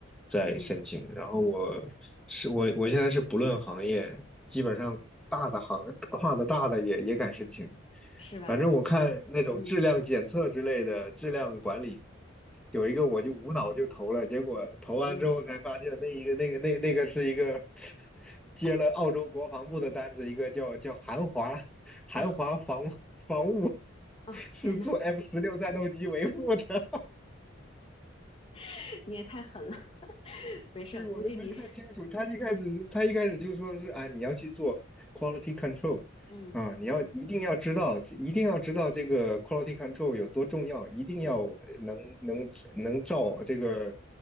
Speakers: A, in the centre; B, on the left.
A: 在申请。
B: 嗯，
A: 然后我是我我现在是不论行业，基本上大的行 <laughs> 跨的大的也也敢申请。
B: 是吧？
A: 反正我看那种质量检测之类的质量管理，
B: 嗯
A: 有一个我就无脑就投了，结果投完之后才发现那一个那个那那个是一个
B: 嗯，
A: <laughs> 接了澳洲国防部的单子，一个叫叫韩华。韩华防防务
B: 哦哦，天呐，
A: 是做 F 十六战斗机维护的。
B: <laughs> 你也太狠了，<laughs> 没事儿，
A: 对，我都没看清楚。
B: 估计你，
A: 他一开始，他一开始就说的是啊，你要去做 quality control，
B: 嗯
A: 啊，你要一定要知道，一定要知道这个 quality control 有多重要，一定要呃能能能照这个
B: 嗯